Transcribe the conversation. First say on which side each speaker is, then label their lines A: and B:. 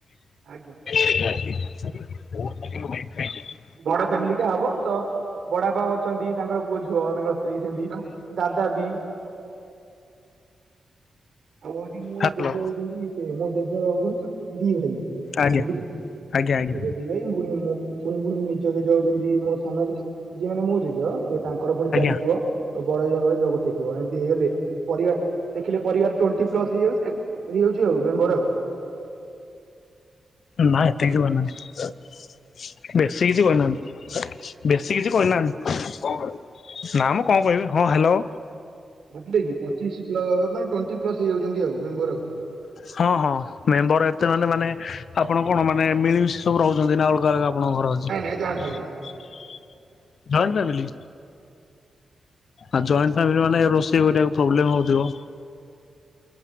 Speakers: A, on the right; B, on the left.
A: ଆଜ୍ଞା।
B: <inaudible> <inaudible>
A: ବଡ ଫ୍ୟାମିଲିଟା ହବ ତ ବଡାପା ଅଛନ୍ତି ତାଙ୍କର ପୁଅ, ଝୁଅ ତାଙ୍କର ସ୍ତ୍ରୀ ଅଛନ୍ତି ଦାଦା ବି ଆଉ <unintelligible> ମୋ
B: ହ୍ୟାଲୋ
A: ଜେଜେ ହଉଛନ୍ତି ସେ ମୋ ଜେଜେ ହଉଛନ୍ତି ଦି ଭାଇ
B: ଆଜ୍ଞା
A: ବୁଝିଲେ।
B: ଆଜ୍ଞା ଆଜ୍ଞା।
A: ମୁଁ ଦି ଭାଇ ପୁଣି ମୁଁ ପୁଣି ନିଜ ନିଜ ଯେମିତି <unintelligible> ସେ ତାଙ୍କର ପୁଣି ଚାରି
B: ଆଜ୍ଞା।
A: ପୁଅ ଆଉ ବଡ ଅଜାଙ୍କର ଗୋଟେ ପୁଅ, ଏମିତି ହେଇଗଲେ ପରିବାର ଦେଖିଲେ ପରିବାର ଟ୍ୱେଣ୍ଟି ପ୍ଲସ୍ ହେଇଯାଉଛି ହେଇଯାଉଛି ଆଉ ମେମ୍ବର ଆଉ।
B: ନା ଏତେ ବି ଭଲ ନାହିଁ। ବେଶୀ କିଛି କହିନାହାନ୍ତି ବେଶୀ କିଛି କହିନାହାନ୍ତି। ନା ମ କଣ କହିବି ହଁ ହ୍ୟାଲୋ।
A: ବୁଝିଲେ କି ପଚିଶ ମାନେ ଟ୍ୱେଣ୍ଟି ପ୍ଲସ ହେଇଯାଉଛନ୍ତି ଆଉ ମେମ୍ବର ଆଉ।
B: ହଁ -ହଁ ମେମ୍ବର ଏତେ ମାନେ ମାନେ ଆପଣ କଣ ମାନେ ମିଳିମିଶି ସବୁ ରହୁଛନ୍ତି ନା ଆଉ <unintelligible> ଆପଣଙ୍କ ଘର ଅଛି
A: ନାଇଁ ନାଇଁ ଜଏଣ୍ଟ
B: ଜଏଣ୍ଟ
A: ଫ୍ୟାମିଲି
B: ଫ୍ୟାମିଲି? ଆ ଜଏଣ୍ଟ ଫାମିଲି ମାନେ ରୋଷେଇ କରିବାକୁ ପ୍ରୋବ୍ଲେମ ହଉଥିବ।